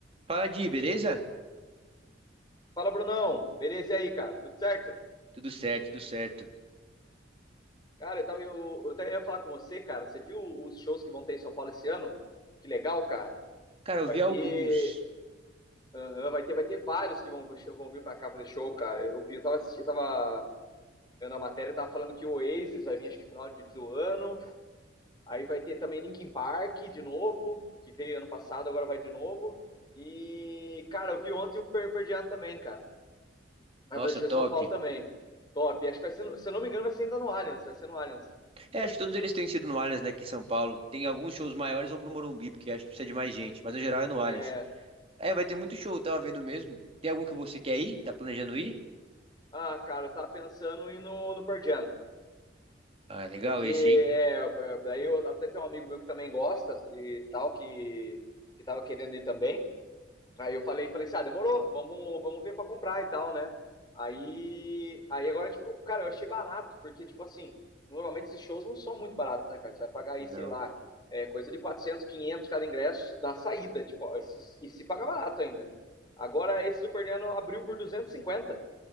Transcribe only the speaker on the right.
Fala, Di, beleza?
Tudo certo, tudo certo.
Cara, eu
vi
alguns.
Nossa,
top.
É, acho que todos eles têm sido no Allianz, né, aqui em São Paulo. Tem alguns shows maiores, vão pro Morumbi, porque acho que precisa de mais gente, mas no geral é no Allianz.
É, vai ter muito show, eu tava vendo mesmo. Tem algum que você quer ir? Tá planejando ir?
Ah, é legal
esse,
hein?
Não.